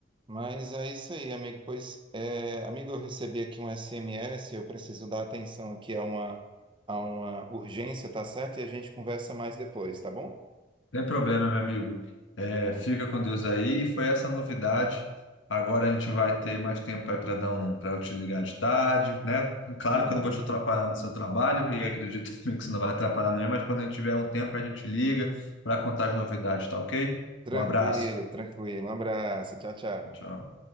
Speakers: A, on the right (about 25°); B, on the left (about 80°).
A: Mas é isso aí, amigo. Pois, é, amigo, eu recebi aqui um SMS, eu preciso dar atenção aqui a uma, a uma urgência, tá certo? E a gente conversa mais depois, tá bom?
B: Tem problema, meu amigo. É, fica com Deus aí. Foi essa a novidade. Agora a gente vai ter mais tempo aí para dar um, para eu te ligar de tarde, né? Claro
A: Uhum.
B: que eu não vou te atrapalhar no seu trabalho e acredito <laughs> também que você não vai atrapalhar ninguém, mas quando a gente tiver um tempo a gente liga para contar as novidades, tá ok?
A: Tranquilo,
B: Um abraço.
A: tranquilo. Um abraço. Tchau, tchau.
B: Tchau.